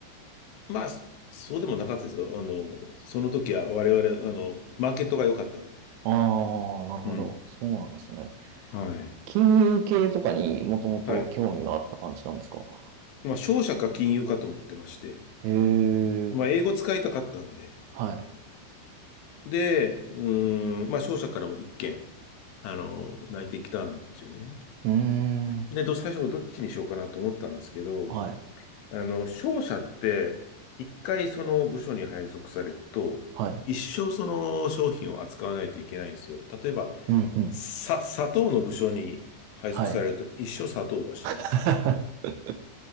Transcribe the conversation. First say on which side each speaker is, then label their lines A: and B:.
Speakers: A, on the left (about 75°); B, on the right (about 80°).
A: まあ、そそうでもなかったですよ。あの、その時は我々、あの、マーケットが良かったんで。
B: ああ、なるほど。
A: うん。
B: そうなんですね。
A: はい。
B: 金融系とかにもともと興味があった感じなんですか
A: はい。まあ、商社か金融かと思ってまして、
B: へえ、
A: まあ、英語使いたかったんで、
B: はい。
A: で、うーん、まあ、商社からも一件、あの、内定来たんですよね。
B: うーん、
A: で、ど、最初どっちにしようかなと思ったんですけど、
B: はい、
A: あの、商社って、一回その部署に配属されると、
B: はい。
A: 一生その商品を扱わないといけないんですよ。例えば、
B: うんうん。
A: さ、砂糖の部署に配属されると一生砂糖だし、
B: はい。<laughs>